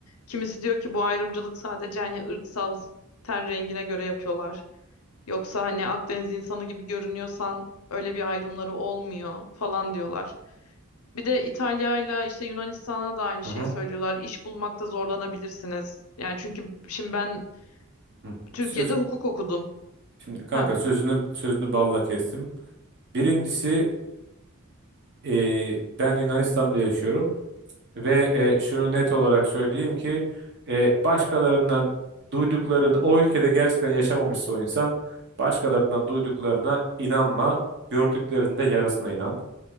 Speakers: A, on the left; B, on the right.
A: Kimisi diyor ki bu ayrımcılık sadece hani ırksal ten rengine göre yapıyorlar. Yoksa hani Akdeniz insanı gibi görünüyorsan öyle bir ayrımları olmuyor falan diyorlar. Bir de İtalya'yla işte Yunanistan'a da aynı
B: hı.
A: şeyi
B: hı.
A: söylüyorlar. İş bulmakta zorlanabilirsiniz. Yani çünkü şimdi ben
B: Hı.
A: Türkiye'de
B: Söz
A: hukuk okudum.
B: şimdi kanka
A: Ha.
B: sözünü sözünü balla kestim. Birincisi e, e, ben Yunanistan'da yaşıyorum ve e, şunu net olarak söyleyeyim ki e, başkalarından duyduklarını o ülkede gerçekten yaşamamışsa o insan başkalarından duyduklarına inanma, gördüklerinde yarısına inan.